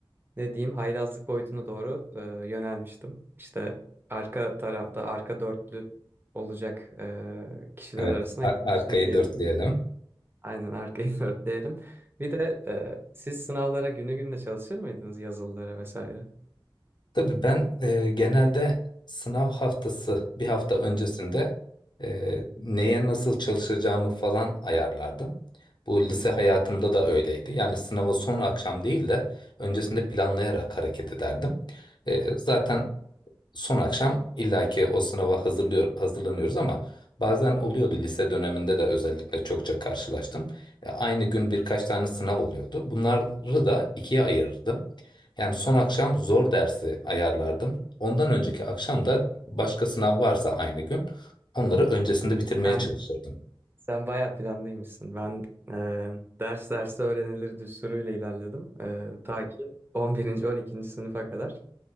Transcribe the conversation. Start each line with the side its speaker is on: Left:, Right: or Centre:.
Right: ne diyeyim haylazlık boyutuna doğru e, yönelmiştim. İşte arka tarafta arka dörtlü olacak e, kişiler
Left: Evet,
Right: arasına
Left: a-
Right: gitmiştim
Left: arkayı dörtleyelim.
Right: Aynen arkayı <laughs> dörtleyelim. Bir de e, siz sınavlara günü gününe çalışır mıydınız yazılılara vesaire?
Left: Tabii ben e, genelde sınav haftası bir hafta öncesinde e, neye nasıl çalışacağımı falan ayarlardım. Bu lise
Right: Hı hı.
Left: hayatımda da öyleydi. Yani sınavı son akşam değil de öncesinde planlayarak hareket ederdim. E, zaten son akşam illaki o sınava hazırlıyor, hazırlanıyoruz ama bazen oluyordu lise döneminde de özellikle çokça karşılaştım. E, Aynı gün birkaç tane sınav oluyordu. Bunları da ikiye ayırırdım. Yani son akşam zor dersi ayarlardım. Ondan önceki akşam da başka sınav varsa aynı gün onları öncesinde bitirmeye
Right: Sen
Left: çalışırdım.
Right: sen bayağı planlıymışsın. Ben e, ders derste öğrenilir düsturuyla ilerledim. E, ta ki on birinci on ikinci sınıfa kadar.